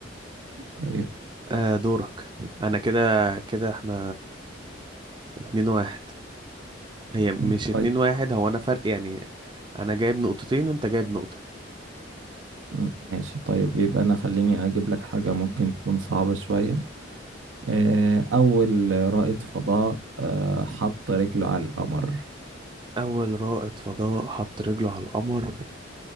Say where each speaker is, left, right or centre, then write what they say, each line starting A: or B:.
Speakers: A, on the right; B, on the right.
A: طيب
B: آه دورك انا كده كده احنا اتنين واحد هي مش
A: م-
B: اتنين
A: طيب
B: واحد هو انا فرق يعني انا جايب نقطتين وانت جايب نقطة
A: م- ماشي طيب يبقى انا خليني اجيب لك حاجه ممكن تكون صعبه شويه آه، اول رائد فضاء آه، حط رجله على القمر
B: اول رائد فضاء حط رجله على القمر